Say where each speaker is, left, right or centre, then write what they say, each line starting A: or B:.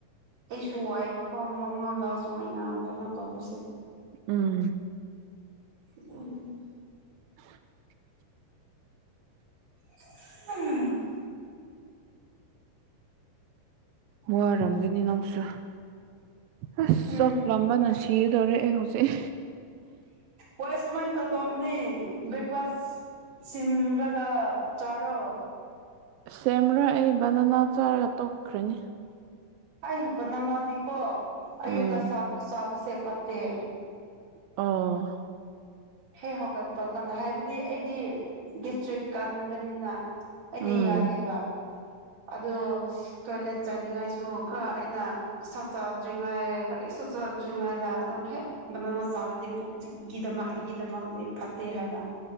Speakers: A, on the right (about 50°); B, on the right (about 85°).
A: ꯑꯩꯁꯨ ꯋꯥꯏꯑꯦꯕꯀꯣ ꯃꯛꯉꯣꯟꯗ ꯁꯨꯃꯥꯏꯅ ꯀꯩꯅꯣ ꯇꯧꯕꯁꯦ
B: ꯎꯝ
A: ꯎꯝ
B: <inaudible>
A: <unintelligible>
B: ꯋꯥꯔꯝꯒꯅꯤ ꯅꯪꯁꯨ ꯑꯁ
A: ꯎꯝ
B: ꯆꯥꯛ ꯂꯥꯝꯕꯅ ꯁꯤ ꯁꯤꯒꯗꯧꯔꯦ ꯑꯩ ꯍꯧꯖꯤꯛ
A: ꯍꫭꯏ ꯁꯨꯃꯥꯏ ꯇꯩꯇꯩꯕꯅꯦ ꯕ꯭ꯔꯦꯛꯐꯥꯁ ꯁꯤꯝꯔꯒ ꯆꯥꯔꯣ
B: ꯁꯦꯝꯔ ꯑꯩ ꯕꯟꯅꯅꯥ ꯆꯥꯔꯒ ꯇꯣꯛꯈ꯭ꯔꯅꯤ
A: ꯑꯩ ꯕꯟꯅꯅꯥꯗꯤꯀꯣ ꯑꯌꯨꯛꯇ
B: ꯎꯝ
A: ꯆꯥꯕ ꯆꯥꯕꯁꯦ ꯄꯠꯇꯦ
B: ꯑꯣ
A: ꯍꯦꯛ ꯍꯧꯒꯠꯄ ꯀꯥꯟꯗ ꯍꯥꯏꯕꯗꯤ ꯑꯩꯗꯤ ꯒꯦꯁꯇ꯭ꯔꯤꯛ ꯀꯟꯕꯅꯤꯅ ꯑꯩꯗꯤ
B: ꯎꯝ
A: ꯌꯥꯗꯦꯕ ꯑꯗꯣ ꯇꯣꯏꯂꯦꯠ ꯆꯡꯅꯤꯡꯉꯥꯏꯁꯨ ꯈꯔ ꯑꯩꯅ ꯁꯥꯛ ꯆꯥꯗ꯭ꯔꯤꯡ ꯉꯩ ꯀꯔꯤꯁꯨ ꯆꯥꯗ꯭ꯔꯤꯉꯩꯗ ꯑꯗꯨꯝ ꯍꯦꯛ ꯕꯅꯥꯅꯥ ꯆꯥꯕꯗꯤ ꯄꯨꯛ ꯆꯤꯛꯀꯤꯗꯃꯛ ꯑꯩꯒꯤ ꯗꯃꯛꯇꯗꯤ ꯐꯠꯇꯦ ꯍꯥꯏꯕ